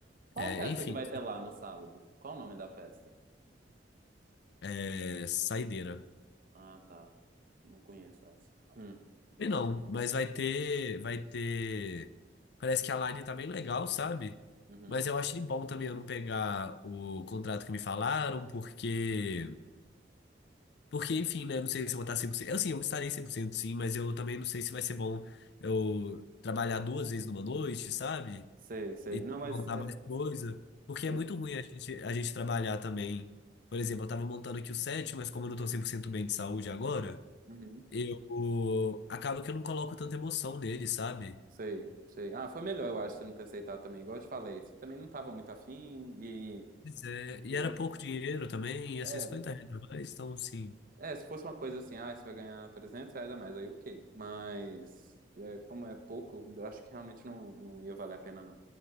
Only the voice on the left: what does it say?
É,
enfim,
é saideira.
E não, mas vai ter, vai ter. Parece que a line tá bem legal, sabe?
Mas eu achei bom também eu não pegar o contrato que me falaram, porque. Porque, enfim, né? eu Não sei se eu vou estar 100%. Eu sim, eu estarei 100% sim, mas eu também não sei se vai ser bom eu trabalhar duas vezes numa noite, sabe?
E
montar
mais coisa. Porque
é muito ruim a gente, a gente trabalhar também. Por exemplo, eu tava montando aqui o set, mas como eu não tô 100% bem de saúde agora
eu acaba que eu não coloco tanta emoção nele, sabe?
Pois é, e
era
pouco dinheiro também, ia
ser 50 reais mais, então assim.